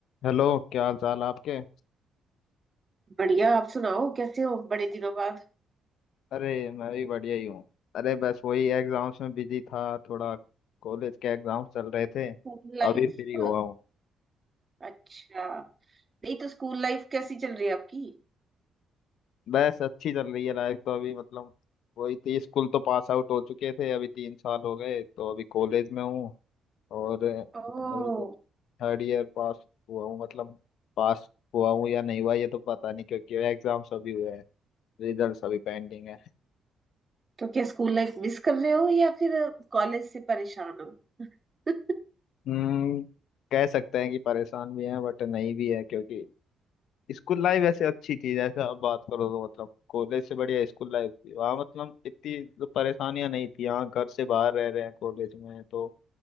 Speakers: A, on the left (about 75°); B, on the right (about 30°).
A: Hello क्या हाल चाल आपके
B: बढ़िया आप सुनाओ कैसे हो बड़े दिनों बाद
A: अरे मैं भी बढ़िया ही हूँ अरे बस वही एग्जाम्स में बिजी था थोड़ा कॉलेज के एग्जाम्स चल रहे थे अभी
B: School life
A: फ्री हुआ हूँ
B: अच्छा नहीं तो स्कूल लाइफ कैसी चल रही है आपकी
A: बस अच्छी चल रही है लाइफ तो अभी मतलब वही थी स्कूल तो पास आउट हो चुके थे अभी तीन साल हो गए तो अभी कॉलेज में हूँ और अभी
B: ओह
A: तो थर्ड ईयर पास हुआ हूँ मतलब पास हुआ हूँ या नहीं हुआ ये तो पता नहीं क्योंकि एग्जाम्स अभी हुए हैं रिजल्ट्स अभी पेंडिंग है
B: तो क्या स्कूल लाइफ मिस कर रहे हो या फिर कॉलेज से परेशान हो <laughs>
A: हम्म कह सकते हैं कि परेशान भी हैं बट नहीं भी है क्योंकि स्कूल लाइफ ऐसे अच्छी थी जैसे आप बात करो तो मतलब कॉलेज से बढ़िया स्कूल लाइफ थी वहाँ मतलब इतनी तो परेशानियां नहीं थी यहाँ घर से बाहर रह रहे हैं कॉलेज में तो